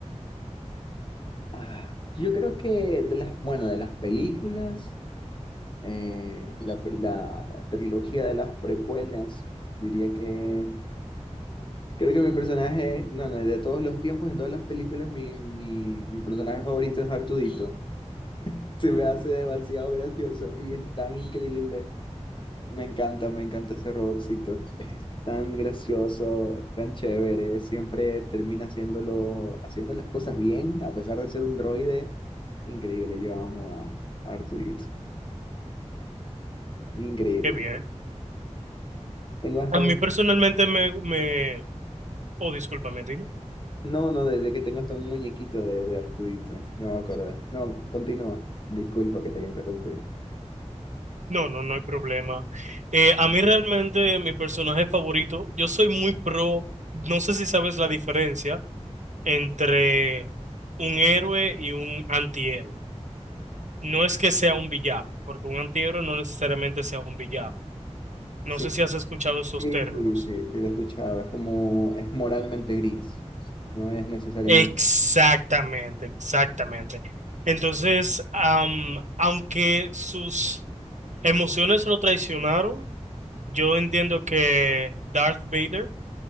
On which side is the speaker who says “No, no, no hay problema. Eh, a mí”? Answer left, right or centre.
Right